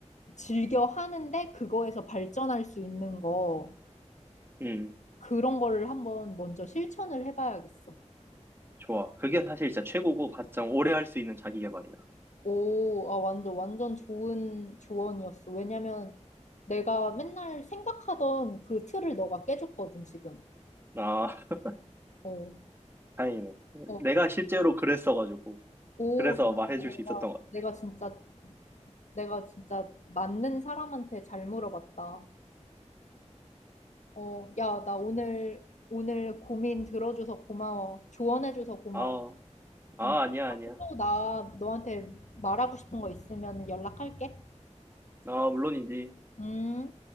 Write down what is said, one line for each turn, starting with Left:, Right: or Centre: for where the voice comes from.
Left: 즐겨 하는데 그거에서 발전할 수 있는 거
Right: 음,
Left: 그런 거를 한번 먼저 실천을 해봐야겠어.
Right: 좋아. 그게 사실 진짜 최고고 가장 오래 할 수 있는 자기 개발이야.
Left: 오, 아, 완전 완전 좋은 조언이었어. 왜냐면 내가 맨날 생각하던 그 틀을 너가 깨줬거든 지금.
Right: 아, <laughs>
Left: 어,
Right: 다행이네.
Left: 어,
Right: 내가 실제로 그랬어가지고
Left: 오,
Right: 그래서
Left: 진짜
Right: 말해줄
Left: 내가
Right: 수 있었던 것 같아.
Left: 내가 진짜 내가 진짜 맞는 사람한테 잘 물어봤다. 어, 야, 나 오늘 오늘 고민 들어줘서 고마워. 조언해줘서 고마워.
Right: 아, 아
Left: 음.
Right: 아니야 아니야.
Left: 또 나 너한테 말하고 싶은 거 있으면 연락할게.
Right: 아 물론이지.
Left: 음.